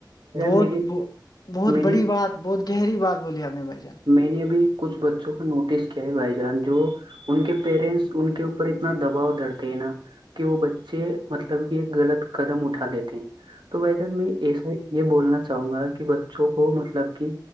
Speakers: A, on the left; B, on the right.
A: بہت
B: بان
A: بہت
B: میں
A: بڑی
B: نے
A: بات بہت گہری بات بولی آپ نے بھائی جان
B: میں نے بھی کچھ بچوں کو نوٹس کیا کیا بھائی جان جو ان کے پیرنٹس ان کے اوپر اتنا دباؤ درتے ہیں نا کہ وہ بچے مطلب کہ ایک غلط قدم اٹھا دیتے تو بھائی سر میں ایسا یہ بولنا چاہوں گا کہ بچوں کو مطلب کہ